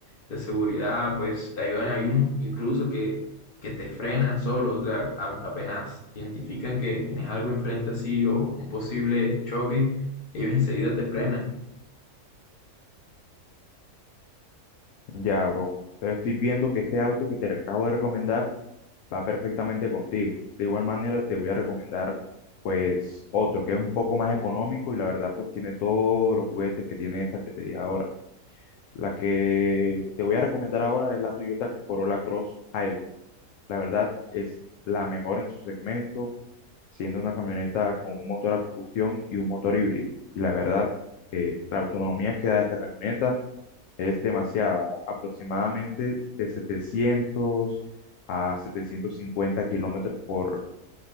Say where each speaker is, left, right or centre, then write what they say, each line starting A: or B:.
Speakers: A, on the left; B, on the left.
A: de seguridad, pues te ayudan, hay unos incluso que, que te frenan solo, o sea, a- apenas identifican que tienes algo enfrente así o un posible choque, ellos enseguida te frenan.
B: Ya, bro. Entonces estoy viendo que este auto que te acabo de recomendar va perfectamente contigo. De igual manera te voy a recomendar pues otro que es un poco más económico y la verdad pues tiene todos los juguetes que tiene esta que te dije ahora. La que te voy a recomendar ahora es la Toyota Corolla Cross Hybrid. La verdad es la mejor en su segmento, siendo una camioneta con un motor a combustión y un motor híbrido. Y la verdad que la autonomía que da esta camioneta es demasiada, aproximadamente de 700 a 750 kilómetros por,